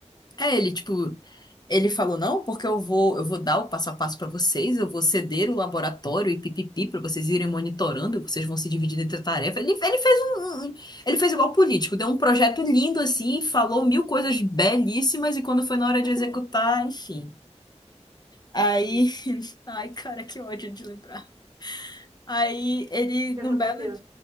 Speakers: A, on the left (about 35°); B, on the right (about 25°).
A: é ele, tipo, ele falou não, porque eu vou, eu vou dar o passo a passo pra vocês, eu vou ceder o laboratório e pipipi pra vocês irem monitorando, vocês vão se dividindo entre a tarefa. Ele, ele fez um, um- um, ele fez igual político, deu um projeto lindo assim, falou mil coisas belíssimas e quando foi na hora
B: <laughs>
A: de executar, enfim. Aí,
B: Meu Deus.
A: <laughs> ai, cara, que ódio de lembrar. Aí ele,
B: O que
A: num
B: aconteceu?
A: belo